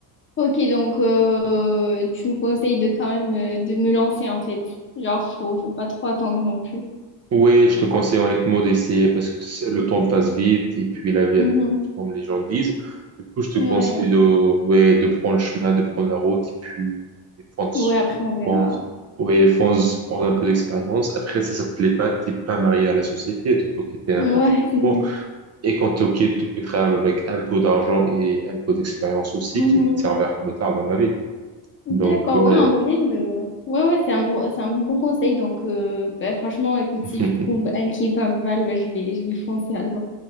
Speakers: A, on the left; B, on the right.
A: Ok, donc euh, tu me conseilles de quand même euh, de me lancer en fait. Genre, faut, faut pas trop attendre non plus.
B: Oui, je te conseille honnêtement d'essayer parce que tu sais, le temps passe vite et puis la vie,
A: Mhm.
B: elle est courte, comme les gens disent. Du coup, je
A: Ouais.
B: te conseille de, ouais, de prendre le chemin, de prendre la route et puis et fonce.
A: Ouais, après on verra.
B: Fonce. Ouais, fonce, prendre un peu d'expérience. Après, ça, ça te plaît pas, t'es pas marié à la société, tu peux quitter à
A: Ouais,
B: n'importe quel
A: <laughs> c'est
B: moment.
A: vrai.
B: Et quand tu quittes, tu quitteras avec un peu d'argent et un peu d'expérience aussi
A: Mhm.
B: qui va te servir plus tard dans la vie.
A: D'accord,
B: Donc, ouais.
A: ouais, en vrai, euh, ouais, ouais, c'est un bon, c'est un bon conseil. Donc, euh, bah, franchement, écoute, si
B: <laughs>
A: je trouve un qui est pas mal, bah, je vais, je vais foncer alors.